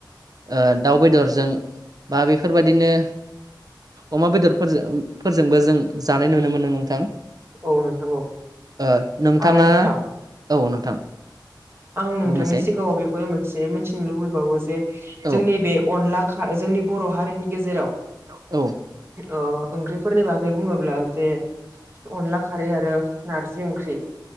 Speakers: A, on the right (about 50°); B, on the right (about 30°).
A: ओ दाउ बेदरजों बा बेफोर बायदिनो। अमा बेदरफोरजों फोरजोंबो जों जानाय नुनो मोनो नोंथां।
B: औ नोंथां औ।
A: ओ नोंथाङा
B: आरो नोंथां
A: औ नोंथां।
B: <inaudible> आं नोंथांनि
A: बुंनोसै
B: सिगाङाव बेखौनो मोनसे मिथिनो लुबैबावो जे
A: औ
B: जोंनि बे अनला खा जोंनि बर' हारिनि गेजेराव
A: औ
B: ओ ओंख्रिफोरनि बागै बुङोब्ला जे अनला खारै आरो नारजि ओं ओंख्रि